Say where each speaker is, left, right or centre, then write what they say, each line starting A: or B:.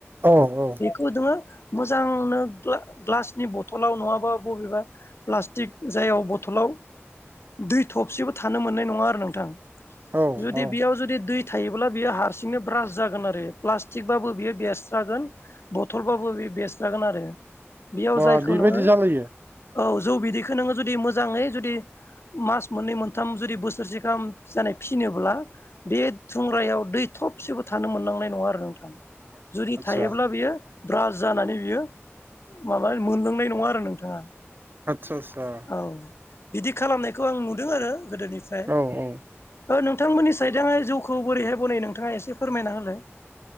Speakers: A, on the right; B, on the left.
A: औ औ
B: बेखौ नोङो मोजांनो ग्ला-ग्लासनि बथलाव नङाबा बबेबा प्लास्टिक जायाव बथलाव दै थबसेबो थानो मोननाय नङा आरो नोंथां
A: औ
B: जुदि
A: औ
B: बेयाव जुदि दै थायोब्ला बियो हारसिंनो ब्रास जागोन आरो। प्लास्टिकबाबो बियो बेरस्रागोन बथलबाबो बेयो बेरस्रागोन आरो। बेयाव
A: बा
B: जायखौ
A: बेबायदि
B: नोङो
A: जालायो
B: औ जौ बिदैखौ नोङो जुदि मोजाङै जुदि मास मोननै मोनथाम जुदि बोसोरसे गाहाम जानाय फिनोब्ला बे थुंग्रायाव दै थबसेबो थानो मोननांनाय नङा आरो नोंथां। जुदि
A: आदसा
B: थायोब्ला बियो ब्रास जानानै बियो माबा मोनलोंनाय नङा आरो नोंथाङा।
A: आतसा आतसा।
B: औ बिदि खालामनायखौ आं नुदों आरो गोदोनिफ्राय
A: औ औ
B: ओ नोंथांमोननि सायजाङै जौखौ बोरैहाय बनायै नोंथाङा एसे फोरमायना होलाय